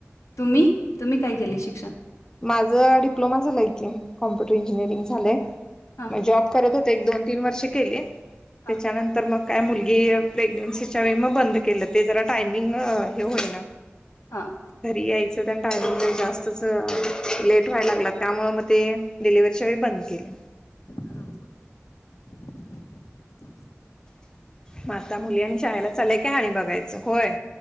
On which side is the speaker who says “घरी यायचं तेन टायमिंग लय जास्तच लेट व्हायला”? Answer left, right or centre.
Left